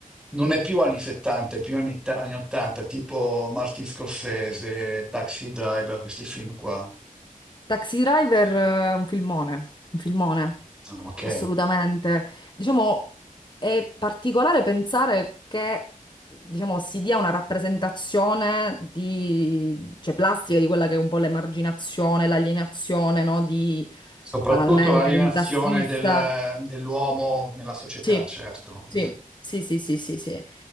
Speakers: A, in the centre; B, on the left.
A: Non è più anni 70, è più anni, ta- anni 80, tipo Martin Scorsese, Taxi Driver, questi film qua.
B: Taxi Driver è un filmone, un filmone,
A: Ah, Ok.
B: assolutamente. Diciamo, è particolare pensare che, diciamo, si dia una rappresentazione di, cioè, plastica di quella che è un po' l'emarginazione, l'alienazione, no? Di,
A: Soprattutto
B: banalmente,
A: l'alienazione
B: un tassista.
A: del- dell'uomo nella società,
B: Sì,
A: certo.
B: sì,
A: Mm.
B: sì, sì, sì, sì, sì.